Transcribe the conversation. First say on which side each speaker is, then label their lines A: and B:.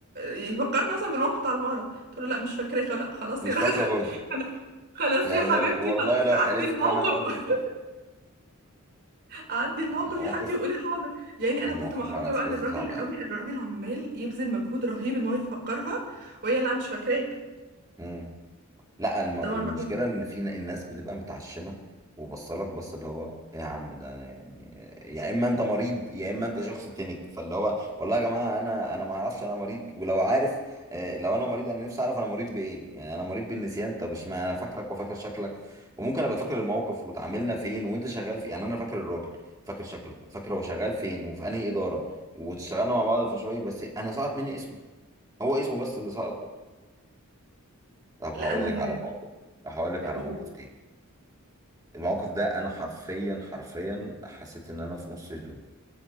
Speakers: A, on the right (about 50°); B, on the right (about 15°).
A: يفكرني اصلا بالموقف بتاع المعرض قلت له لا مش فاكراك لا خلاص
B: مش
A: يا راغده
B: فاكره برضه
A: <laughs> خلاص
B: يعني
A: يا حبيبتي
B: لو والله
A: خلاص
B: لو
A: عدي
B: حلفت
A: الموقف
B: انا برضه
A: <laughs>
B: مش فاكره
A: عدي الموقف
B: لا مواقف
A: يا حبيبتي وقولي حاضر يعني انا
B: المواقف
A: كنت محروجه
B: مع الاشخاص
A: بقى للراجل
B: دي صعبه
A: قوي الراجل عمال يبذل مجهود رهيب ان هو يفكرها وهي لا مش فاكراك
B: قوي لا الم... المشكله
A: طبعا بقى
B: ان في ن- الناس بتبقى متعشمه وبصلك بص اللي هو إيه يا عم ده يعني يا اما انت مريض يا اما انت شخص تنك فاللي هو والله يا جماعه انا انا ما اعرفش انا مريض ولو عارف آه، لو انا مريض انا نفسي اعرف انا مريض بايه يعني انا مريض بالنسيان طب اشمعنى انا فاكرك وفاكر شكلك وممكن ابقى فاكر الموقف وتعاملنا فين وانت شغال في يعني انا فاكر الراجل فاكر شكله وفاكر هو شغال فين وفي انهي اداره واشتغلنا مع بعض في مشروع إيه، بس انا سقط مني اسمه هو اسمه بس اللي سقط طب
A: لا
B: هقول
A: انا
B: لك
A: من
B: على موقف هقول لك
A: قول
B: على موقف
A: <laughs>
B: تاني الموقف ده انا حرفيا حرفيا حسيت ان انا في نص هدوم